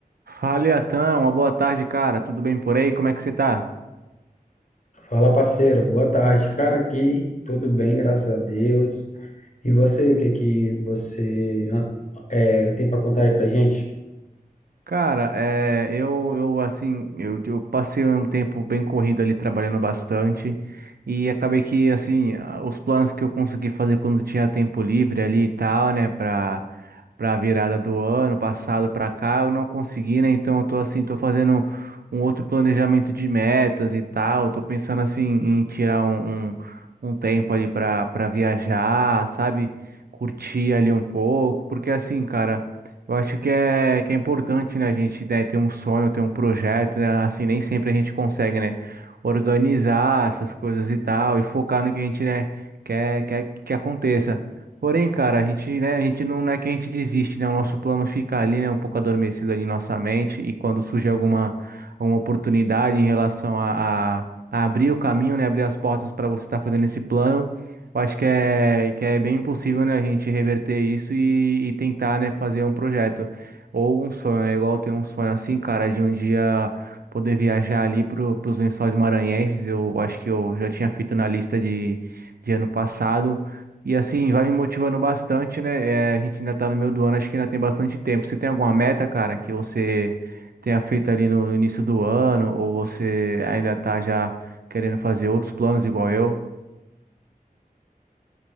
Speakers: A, on the right (about 80°); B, on the left (about 50°).
A: Fala, Iatan, uma boa tarde, cara. Tudo bem por aí? Como é que você tá?
B: Fala, parceiro. Boa tarde. Cara, aqui tudo bem, graças a Deus. E você, o que que você ah, é, tem para contar aí pra gente?
A: Cara, é, eu, eu assim, eu, eu passei um tempo bem corrido ali trabalhando bastante e acabei que assim, a- os planos que eu consegui fazer quando tinha tempo livre ali e tal, né, pra, pra virada do ano passado pra cá, eu não consegui, né? Então eu tô assim, tô fazendo um outro planejamento de metas e tal, tô pensando assim em tirar um, um, um tempo ali pra, para viajar, sabe? Curtir ali um pouco, porque assim, cara. Eu acho que é, que é importante, né, a gente, né, ter um sonho, ter um projeto, né, assim, nem sempre a gente consegue, né, organizar essas coisas e tal, e focar no que a gente, né, quer, quer que aconteça. Porém, cara, a gente, né, a gente não, não é que a gente desiste, né, o nosso plano fica ali, né, um pouco adormecido ali em nossa mente, e quando surge alguma, alguma oportunidade em relação a, a, a abrir o caminho, né, abrir as portas para você estar fazendo esse plano, eu acho que é, que é bem impossível, né, a gente reverter isso e, e tentar, né, fazer um projeto ou um sonho, né? Igual eu tenho um sonho assim, cara, de um dia poder viajar ali pro, pros Lençóis Maranhenses. Eu acho que eu já tinha feito na lista de, de ano passado. E assim, vai me motivando bastante, né? É, a gente ainda tá no meio do ano, acho que ainda tem bastante tempo. Você tem alguma meta, cara, que você tenha feito ali no no início do ano, ou você ainda tá já querendo fazer outros planos igual eu?